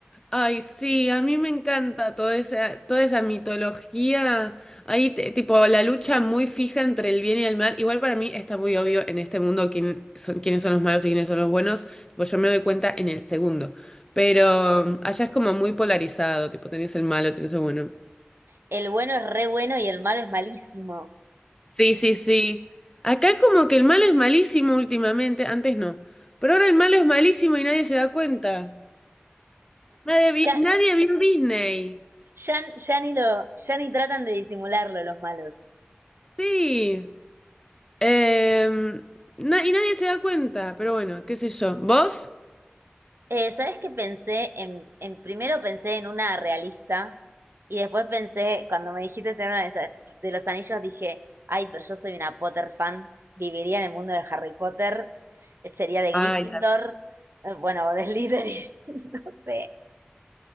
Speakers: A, on the left; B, on the right.
A: Ay, sí, a mí me encanta toda esa, toda esa mitología. Ahí, te- tipo, la lucha muy fija entre el bien y el mal. Igual para mí está muy obvio en este mundo quién son, quiénes son los malos y quiénes son los buenos. Tipo, yo me doy cuenta en el segundo. Pero mm, allá es como muy polarizado, tipo, tenés el malo, tenés el bueno.
B: El bueno es re bueno y el malo es malísimo.
A: Sí, sí, sí. Acá como que el malo es malísimo últimamente, antes no, pero ahora el malo es malísimo y nadie se da cuenta. Nadie, vi-
B: Ya,
A: nadie vio Disney.
B: Ya, ya ni lo, ya ni tratan de disimularlo los malos.
A: Sí. Em, na- y nadie se da cuenta, pero bueno, qué sé yo. ¿Vos?
B: Eh, ¿sabes qué pensé? En, en- primero pensé en una realista y después pensé, cuando me dijiste en una de, esas- de los anillos, dije, ay, pero yo soy una Potter fan, viviría en el mundo de Harry Potter, eh, sería de
A: Ay,
B: Gryffindor, eh, bueno, o de Slytherin, <laughs> no sé.